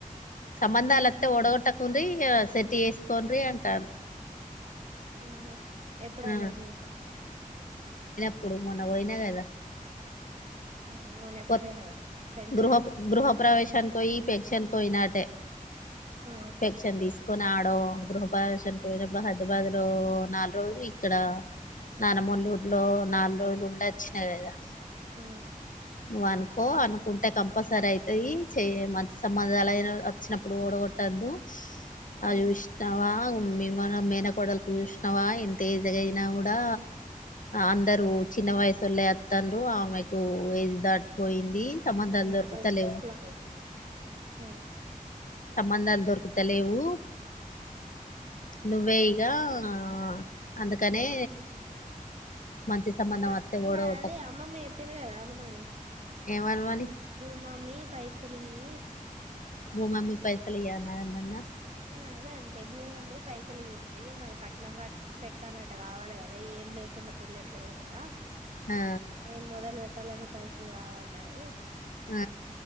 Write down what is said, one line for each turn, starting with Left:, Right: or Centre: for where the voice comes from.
Left: సంబంధాలత్తే పొడగొట్టకుండ్రి ఇగా సెట్ చేసుకోన్రీ అంటర్రు.
Right: ఆహా ఎప్పుడన్నరు
Left: ఆ
Right: నీతో
Left: అప్పుడు మొన్న పోయినా కదా.
Right: ఉమ్, మొన్న ఎప్పుడు
Left: కొత్
Right: పోయినవే ఫ్రెండ్స్
Left: గృహ
Right: అంతా
Left: గృహ ప్ర్రవేశానికి వోయి పెన్షన్ కోయినా అటే
Right: ఆ
Left: పెన్షన్ తీస్ కొని ఆడో గృహ ప్రవేశానికి పోయినప్పుడు హైదరాబాద్ లో నాలుగు రోజులు ఇక్కడ నానమ్మెల్ల ఊర్లో నాలుగు రోజులు ఉండచ్చినా కదా.
Right: ఆ
Left: నువ్వు అనుకో అనుకుంటే కంపల్సరీ అయితయి చెయ్ మంచి సంబంధాలు అయినా అ చ్చినప్పుడు వొడగొట్టద్దు.
Right: ఆ
Left: అది చూశినవా మీ మన మేనకోడలుకు చూసినవా ఎంత ఏజ్ అయినా కూడా అందరు చిన్న వయసోళ్లే అత్తల్లు ఆమెకు ఏజ్ దాటిపోయింది. సంబంధాలు
Right: నీ ఎంటికలు
Left: దొరుకుతలేవు
Right: నాకు ముక్కులకు పోతున్నయి. ఆ
Left: సంబంధాలు దొరుకుతలేవు నువ్వే ఇగా ఆ అందుకనే మంచి సంబంధం
Right: మ
Left: వత్తే ఓడగొట్టకు
Right: మరి అదే అమ్మమ్మ చెప్పింది కదా అనుమని
Left: ఏమనమని
Right: అవు బూమీ అమ్మి పైసలీయి.
Left: బూమీ అమ్మి పైసలు ఇయి అని అనన్నా.
Right: ఆ అదే అంతే భూమి అమ్మి పైసలియ్యండ్రీ మరి కట్నంగా పెట్టాలంటె గావాలి గదా ఏం లేకుండా పెళ్ళెట్లా చెత్తా ఆ
Left: ఆ
Right: ఏం మొదలు పెట్టాలన్నా పైసలు కావాల్రాయె
Left: ఆ